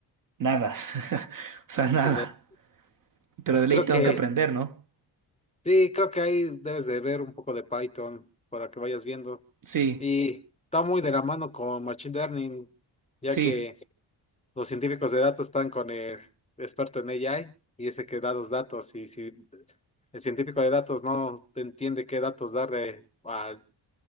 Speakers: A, on the right; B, on the left.
A: Nada, <laughs> o sea, nada.
B: De le-
A: Pero
B: Pues
A: de
B: creo
A: ley tengo
B: que,
A: que aprender, ¿no?
B: sí, creo que ahí debes de ver un poco de Python para que vayas viendo.
A: Sí,
B: Y está muy de la mano con Machine Learning, ya
A: sí,
B: que los científicos de datos están con el experto en AI y ese que da los datos. Y si el científico de datos no entiende qué datos darle al,